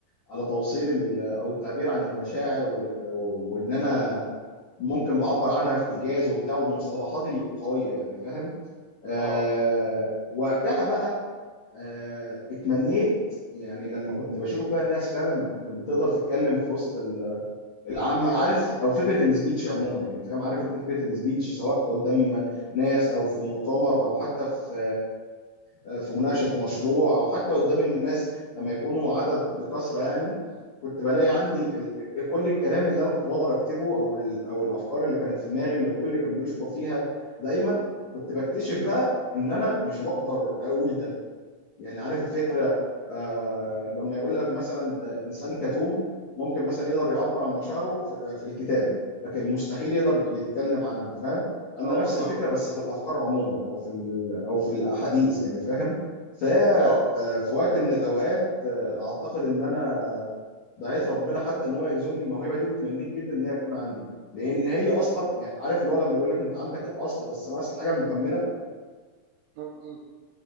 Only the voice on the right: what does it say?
اه
مم.
مم.
اه
بالظبط
اه
اه
اه
مم. مم.